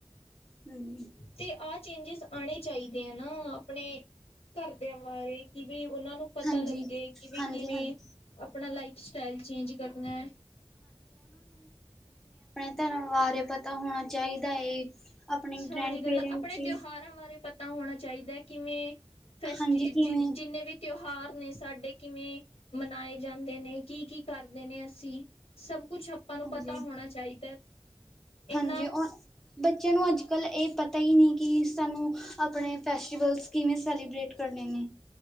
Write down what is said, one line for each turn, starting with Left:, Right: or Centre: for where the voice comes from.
Centre: <unintelligible>
Left: ਤੇ ਆਹ ਚੇਂਜਿਸ ਆਉਣੇ ਚਾਹੀਦੇ ਆ ਨਾ ਆਪਣੇ ਘਰਦਿਆਂ ਬਾਰੇ ਕਿ ਵੀ ਉਹਨਾਂ ਨੂੰ ਪਤਾ
Centre: ਹਾਂਜੀ
Left: ਲੱਗੇ ਕਿ ਵੀ
Centre: ਹਾਂਜੀ
Left: ਕਿਵੇਂ,
Centre: ਹਾਂਜੀ
Left: ਆਪਣਾ ਲਾਈਫ ਸਟਾਈਲ ਚੇਂਜ ਕਰਨਾ ਹੈ।
Centre: ਨ ਬਾਰੇ ਪਤਾ ਹੋਣਾ ਚਾਹੀਦਾ ਏ। ਆਪਣੇ
Left: ਸਾਰੀ
Centre: ਗ੍ਰੈਂਡ
Left: ਗੱਲਾਂ
Centre: ਪੇਰੈਂਟਸ
Left: ਆਪਣੇ
Centre: ਦੀ
Left: ਤਿਉਹਾਰਾਂ ਬਾਰੇ ਪਤਾ ਹੋਣਾ। ਚਾਹੀਦਾ ਕਿਵੇਂ ਫੈਸ
Centre: ਹਾਂਜੀ ਕਿਵੇਂ
Left: ਜਿੰਨੇ ਵੀ ਤਿਉਹਾਰ ਨੇ। ਸਾਡੇ ਕਿਵੇਂ ਮਨਾਏ ਜਾਂਦੇ ਨੇ ਕੀ -ਕੀ ਕਰਦੇ ਨੇ ਅਸੀਂ ਸਭ ਕੁਛ ਆਪਾਂ ਨੂੰ
Centre: ਹਾਂਜੀ
Left: ਪਤਾ ਹੋਣਾ ਚਾਹੀਦਾ। ਇਹਨਾਂ
Centre: ਹਾਂਜੀ ਉਹ ਬੱਚ ਬੱਚਿਆਂ ਨੂੰ ਅੱਜ ਕੱਲ੍ਹ ਇਹ ਪਤਾ ਹੀ ਨਹੀਂ ਕਿ ਸਾਨੂੰ ਆਪਣੇ ਫੈਸਟੀਵਲਸ ਕਿਵੇਂ ਸੈਲੀਬ੍ਰੇਟ ਕਰਨੇ ਨੇ।